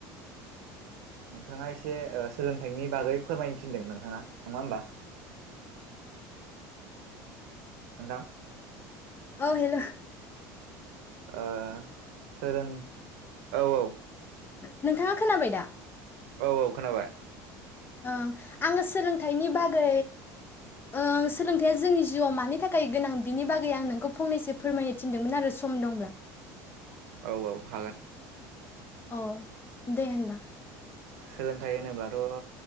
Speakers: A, on the right (about 80°); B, on the left (about 25°).
A: नोंथाङा एसे ओ सोलोंथाइनि बागै फोरमायनो थिनदों नोंथाङा नङा होमबा। नोंथां।
B: औ हेल'।
A: ओ सोरां औ औ।
B: नोंथांआ खोनाबाय दा।
A: औ औ खोनाबाय।
B: ओ आङो सोलोंथाइनि बागै ओ सोलोंथाइया जोंनि जिउआव मानि थाखाय गोनां बिनि बागै आं नोंखौ फंनैसो फोरमायनो थिनदोंमोन आरो सम दंब्ला।
A: औ औ हागोन।
B: अ दे‌ होमब्ला।
A: सोलोंथाइ होनोब्लाथ'।